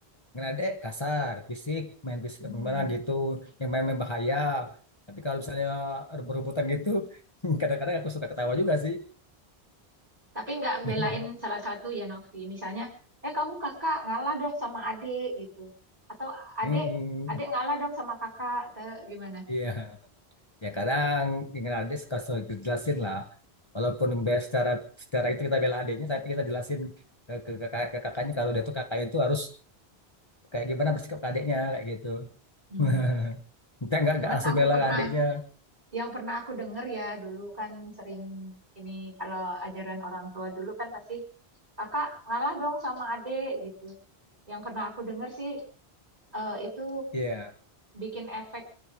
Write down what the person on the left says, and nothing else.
ngerade kasar, fisik, main fisik
gimana gitu, yang main-main bahaya. Tapi kalau misalnya rebut-rebutan gitu, <laughs> kadang-kadang aku suka ketawa juga sih.
<laughs>
Hmm,
iya. Ya kadang ngerade suka suka jelasin lah. Walaupun be- secara secara itu kita bela adiknya, tapi kita jelasin ke, ke, kakak- ke kakaknya kalau dia tuh kakaknya itu harus kayak gimana bersikap ke adiknya kayak gitu.
<laughs> Kita nggak
nggak langsung
bela
adiknya.
Iya.